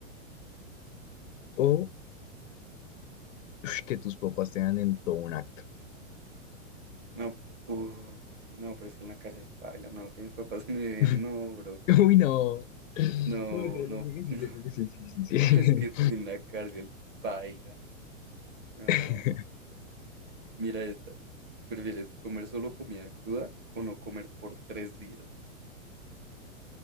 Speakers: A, on the left; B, on the right.
A: O ush, que tus papás te dan en todo un acto.
B: No, uy, no, pero es que en la cárcel, baila, no, que mis papás me vean,
A: <laughs>
B: no, bro,
A: <laughs> Uy, no.
B: no,
A: No, me creo
B: no,
A: yo creo que sí, yo creo que sí, sí,
B: <laughs>
A: sí, sí.
B: pero es que en la cárcel, baila. No,
A: <laughs>
B: mira esta. ¿Prefieres comer solo comida cruda o no comer por tres días?